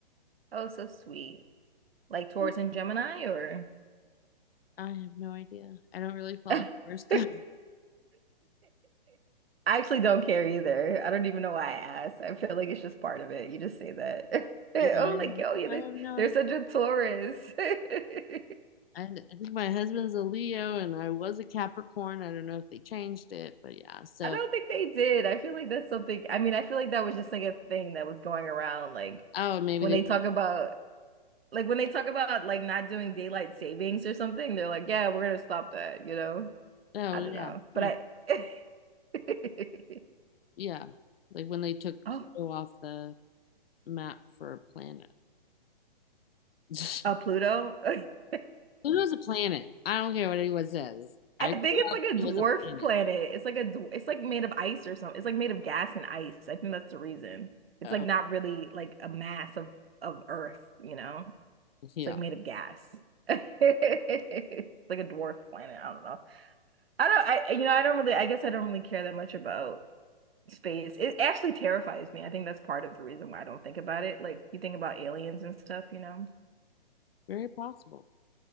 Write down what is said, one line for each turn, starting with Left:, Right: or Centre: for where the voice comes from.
Right: oh so sweet. Like Taurus
Left: Yeah,
Right: and Gemini, or
Left: I have no idea. I don't really
Right: <laughs>
Left: follow horoscopes.
Right: I
Left: <laughs>
Right: actually don't care either. I don't even know why I asked. I feel like it's just part of it. You just say that. <laughs> Oh,
Left: Yeah, I
Right: like
Left: have,
Right: yo, yeah,
Left: I
Right: they
Left: have no
Right: they're
Left: idea.
Right: such a Taurus. <laughs>
Left: And I think my husband's a Leo and I was a Capricorn. I don't know if they changed it, but yeah. So,
Right: I don't think they did. I feel like that's something, I mean, I feel like that was just like a thing that was going around. Like
Left: oh, maybe
Right: when
Left: they,
Right: they talk about, like when they talk about like not doing daylight savings or something, they're like, yeah, we're gonna stop that, you know?
Left: oh,
Right: I don't
Left: yeah.
Right: know. But
Left: Like,
Right: I, <laughs>
Left: Yeah. Like when they took
Right: oh,
Left: Pluto off the map for a planet. <laughs>
Right: uh, Pluto. <laughs>
Left: Pluto's a planet. I don't care what anyone says. I
Right: I think
Left: grew
Right: it's
Left: up,
Right: like a
Left: it was
Right: dwarf
Left: a planet.
Right: planet. It's like a, dw- it's like made of ice or something. It's like made of gas and ice. I think that's the reason. It's
Left: Oh,
Right: like not really like a mass of of Earth, you know?
Left: yeah.
Right: It's like made of gas. <laughs> it's like a dwarf planet. I don't know. I don't. I you know. I don't really. I guess I don't really care that much about space. It actually terrifies me. I think that's part of the reason why I don't think about it. Like you think about aliens and stuff. You know.
Left: Very possible.